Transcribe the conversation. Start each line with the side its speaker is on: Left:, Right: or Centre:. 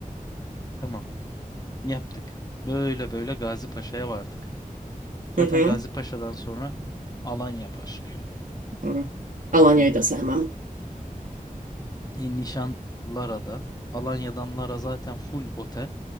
Left: Tamam. Yaptık. Böyle böyle Gazi Paşa'ya vardık. Zaten
Right: Hı hı.
Left: Gazi Paşa'dan sonra Alanya başlıyor.
Right: Hı. Alanya'yı
Left: E,
Right: da sevmem.
Left: e, Nişan Lara'da. Alanya'dan Lara zaten full otel.